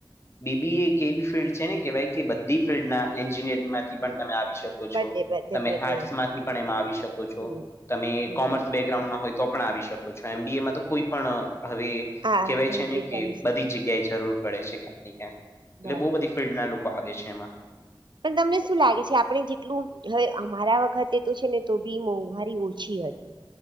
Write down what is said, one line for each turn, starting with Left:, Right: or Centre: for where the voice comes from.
Left: બી. બી. એ એક એવી ફિલ્ડ છે ને, કેવાય કે બધી ફિલ્ડના એન્જિનિયરિંગ માંથી પણ તમે આવી શકો.
Right: બધે બધે
Left: તમે
Right: બધે
Left: આર્ટસ માંથી પણ એમાં આવી શકો છો,
Right: હમ
Left: તમે
Right: હમ
Left: કોમર્સ બે ગ્રાઉન હોય તો પણ આવી શકો છો, એમ. બી. એ માં તો કોઈ પણ હવે
Right: હા
Left: કેવાય
Right: એન્ટ્રી
Left: છે ને કે,
Right: કરે છે
Left: બધી જ જગ્યા જરૂર. પડે છે, ક્યાંક ક્યા એટલે
Right: બરોબર
Left: બહુ બધી ફિલ્ડ ના લોકો આવે છે એમાં.
Right: પણ તમને શું લાગે છે? આપણે જેટલું હવે અમારા વખતે તો છે ને, તો બી મોંઘવારી ઓછી હતી.